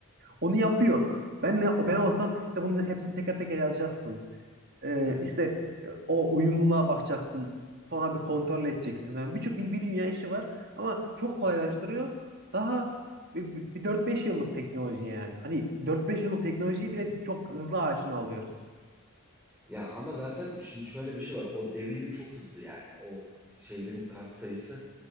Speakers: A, on the right; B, in the centre.
A: Onu yapıyor. Ben ne ben olsam işte bunun hepsini teker teker yazacaksın. Ee,
B: Evet.
A: işte e, o uyumluluğa bakacaksın. Sonra bir kontrol edeceksin. Yani birçok bir, bir dünya işi var ama çok kolaylaştırıyor. Daha bir, bir bir 4-5 yıllık teknoloji yani. Hani dört beş yıllık teknolojiyi
B: Evet.
A: bile çok hızlı aşina oluyoruz.
B: Ya ama zaten şimdi şöyle bir şey var. O devinim çok hızlı yani. O şeylerin kat sayısı